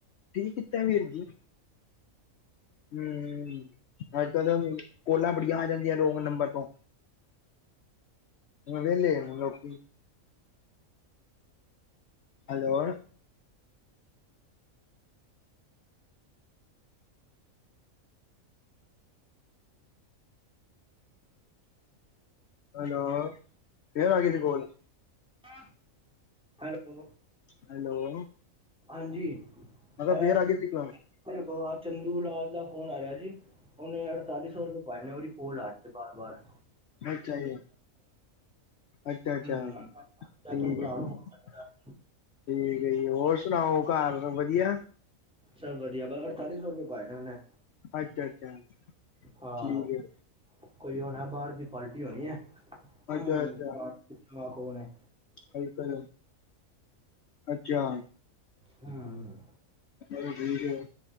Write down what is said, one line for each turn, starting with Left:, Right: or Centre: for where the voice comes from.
Left: ਠੀਕ ਕੀਤੈ ਵੀਰ ਜੀ, ਹੂੰ ਆੱਜ-ਕਾੱਲ ਤਾਂ ਕੋਲਾਂ ਬੜੀਆਂ ਆ ਜਾਂਦੀਆਂ ਰੋੰਗ ਨੰਬਰ ਤੋਂ, ਵੇਲੇ ਏ ਲੋਕੀ। ਹੈਲੋ ਹੈਲੋ, ਫੇਰਰ ਆਗੀ ਸੀ ਕੋਲ?
Centre: <inaudible> ਹੈਲੋ
Left: ਹੈਲੋ
Centre: ਹਾਂਜੀ। ਇਹ
Left: ਮ ਕੇਆ ਫੇਰ ਆ ਗੀ ਸੀ ਕੋਲ?
Centre: <unintelligible> ਚੰਦੂ ਲਾਲ ਦਾ ਫੋਨ ਆ ਰੇਆ ਸੀ ਓਨੇ ਅੜਤਾਲੀ ਸੋ ਰਪੇ ਪਾਏ ਨੇ ਓਦੀ ਕੋਲ ਆ ਰੀ ਏ ਬਾਰ-ਬਾਰ।
Left: ਅੱਛਾ ਜੀ, ਅੱਛਾ-ਅੱਛਾ
Centre: ਹੂੰ
Left: ਠੀਕ
Centre: ਮੈਂ ਤੂੰ ਭਰਾ
Left: ਏ ਠੀਕ
Centre: ਨੂੰ
Left: ਠੀਕ
Centre: ਫੋਨ ਕਰੇਗਾ
Left: ਏ ਜੀ, ਹੋਰ ਸੁਨਾਓ ਘਾਰ ਸਬ ਵਦੀਆ?
Centre: ਸਬ ਵਦੀਆ, ਬ ਅੜਤਾਲੀ ਸੋ ਰਪੇ ਪਾਏ ਨੇ ਓਨੇ
Left: ਅੱਛਾ ਅੱਛਾ
Centre: ਹਾਂ
Left: ਠੀਕ ਹੈ
Centre: ਕੋਈ ਹੋਣੈ ਬਾਰ ਦੀ ਪਾਲਟੀ ਹੋਣੀ ਏ, ਹੂੰ
Left: ਅੱਛਾ ਅੱਛਾ
Centre: ਪਾਰਟੀ ਹਾ ਕੋਨ ਏ।
Left: <unintelligible> ਅੱਛਾ।
Centre: ਹੂੰ,
Left: ਚਲੋ ਠੀਕ ਹੈ